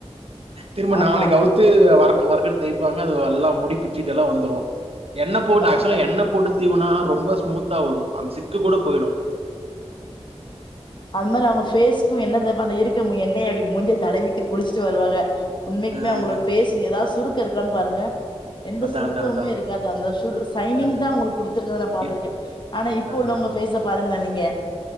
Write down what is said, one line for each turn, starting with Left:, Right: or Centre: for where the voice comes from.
Right: திரும்ப
Left: ஆமா
Right: நாளைக்கு அவுத்து வரக்கு வரக்குன்னு தேய்பாங்க அது எல்லா முடி பிச்சுட்டு எல்லா வந்துரு எண்ணெ போட்டு
Left: அப்டித்தா
Right: ஆக்சுவலா எண்ணெ போட்டு சீவுனா ரொம்ப ஸ்மூத்தா வரு அந் சிக்கு கூட போயிடு
Left: அது மாரி அவுங்க ஃபேஸ்க்கு எண்ணெ தேப்பாங்க இருக்க மு எண்ணெய அப்டி மூஞ்சிய தடவிட்டு குளிச்ட்டு வருவாக உண்மைக்குமே
Right: அ.
Left: அவுங்களோ ஃபேஸ்ஸு ஏதாத் சுருக்க இருக்கான்னு பாருங்க எந்த
Right: அதான்
Left: சுருக்கவுமே
Right: அதான் அதான்.
Left: இருக்காது அந்த சுரு சைனிங்
Right: ஆ,
Left: தா உங்களுக் குடுத்துருக்கத நா பாத்துருக்கே
Right: இருக்கும்.
Left: ஆனா
Right: அதான்
Left: இப்ப உள்ளவங்க ஃபேஸ்ஸ பாருங்க நீங்க